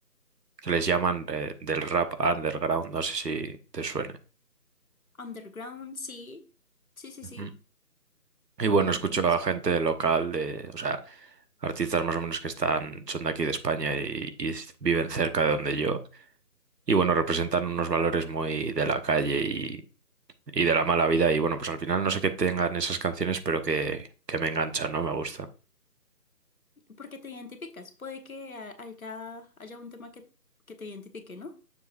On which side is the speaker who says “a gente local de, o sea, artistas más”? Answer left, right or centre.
Right